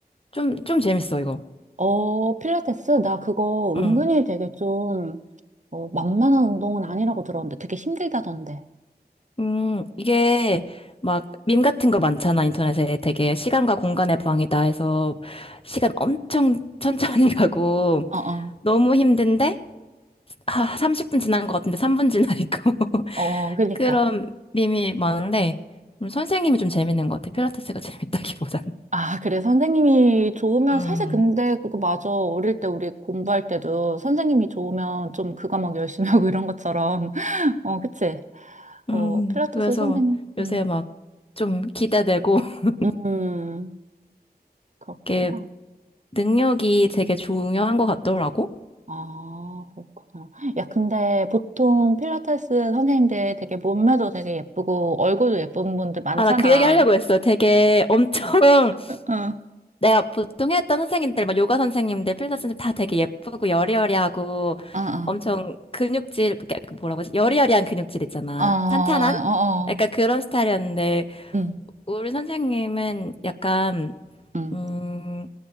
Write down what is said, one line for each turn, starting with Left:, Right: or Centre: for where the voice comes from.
Left: 좀, 좀 재밌어, 이거.
Right: 어, 필라테스? 나 그거
Left: 음,
Right: 은근히 되게 좀, 어, 만만한 운동은 아니라고 들었는데 되게 힘들다던데.
Left: 음, 이게 막 밈 같은 거 많잖아, 인터넷에. 되게 시간과 공간의 방이다 해서 시간 엄청 천천히 <laughs> 가고
Right: 어, 어.
Left: 너무 힘든데 아, 30분 지난 것 같은데 3분 지나 있고 <laughs>
Right: 어, 그러니까.
Left: 그런 밈이 많은데 음, 선생님이 좀 재밌는 것 같아. 필라테스가 <laughs> 재밌다기보다는.
Right: 아, 그래. 선생님이 좋으면
Left: 음.
Right: 사실 근데 그거 맞아. 어릴 때 우리 공부할 때도 선생님이 좋으면 좀 그거 막 열심히 <laughs> 하고 이런 것처럼. <laughs> 어, 그치? 어,
Left: 음,
Right: 필라테스
Left: 그래서
Right: 선생님.
Left: 요새
Right: 음.
Left: 막 좀 기대되고, <laughs>
Right: 음. 그렇구나.
Left: 이게 능력이 되게 중요한 것 같더라고.
Right: 아, 그렇구나. 야, 근데 보통 필라테스 선생님들 되게 몸매도 되게 예쁘고 얼굴도 예쁜 분들 많잖아.
Left: 아, 나 그 얘기 하려고 했어. 되게 엄청, <laughs>
Right: 응
Left: 내가 보통 했던 선생님들, 막 요가 선생님들, 필라테스 선생님 다 되게 예쁘고 여리여리하고
Right: 어, 어,
Left: 엄청 근육질, 그러니까 그 뭐라고 하지? 여리여리한 근육질 있잖아.
Right: 어, 어,
Left: 탄탄한? 약간 그런 스타일이었는데,
Right: 응,
Left: 우리 선생님은 약간,
Right: 응.
Left: 음,